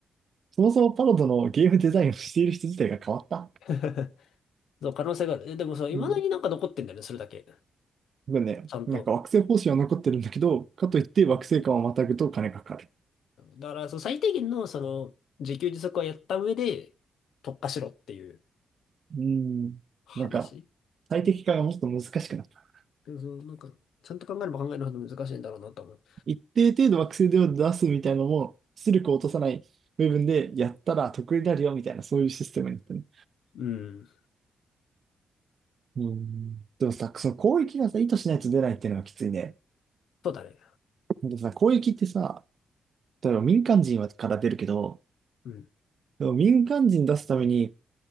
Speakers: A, on the right (about 60°); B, on the left (about 80°).
A: そもそもパロドのゲームデザインをしている人自体が変わった。
B: <laughs> そう、可能性がある。え、でもそう、
A: うん。
B: 未だになんか残ってんだよね、それだけ。
A: だね、
B: ちゃんと。
A: なんか惑星方針は残ってるんだけど、かといって惑星間をまたぐと金がかかる。
B: だから、そう、最低限の、その、自給自足はやった上で、特化しろっていう
A: うん。
B: 話。
A: なんか、最適化がもっと難しくなった
B: うん。でもそう、なんか、ちゃんと考えれば考えるほど難しいんだろうなと思う。
A: 一定程度惑星では出すみたいなのも、出力を落とさない部分でやったら得になるよみたいな、そういうシステムになってる。
B: うん。
A: うん。でもさ、その攻撃がさ、意図しないと出ないっていうのがきついね。
B: そうだね。
A: でさ、攻撃ってさ、例えば民間人はから出るけど、
B: うん。
A: でも民間人出すために